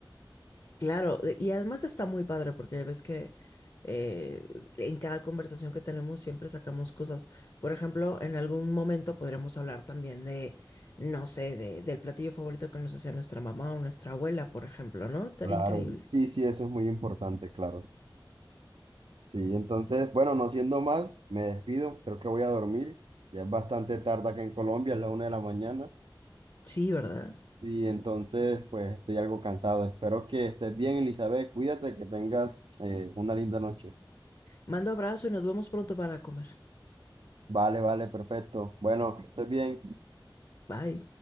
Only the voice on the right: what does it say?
Claro,
sí, sí, eso es muy importante, claro. Sí, entonces, bueno, no siendo más, me despido, creo que voy a dormir, ya es bastante tarde acá en Colombia, es la una de la mañana,
y entonces, pues estoy algo cansado, espero que estés bien, Elizabeth, cuídate, que tengas eh, una linda noche.
Vale, vale, perfecto, bueno, que estés bien.